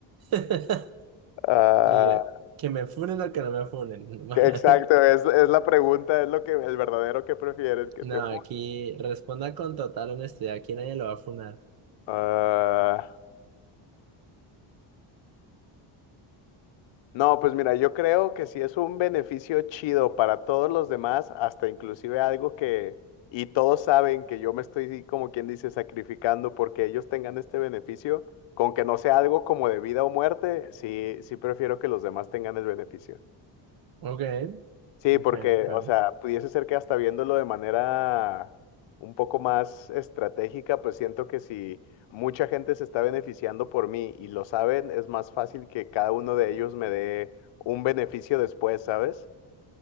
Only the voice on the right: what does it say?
<laughs>
Y, eh, Que me funen o que no me funen.
<laughs>
No,
aquí responda con total honestidad. Aquí nadie lo va a funar.
Ok,
ok,
ok.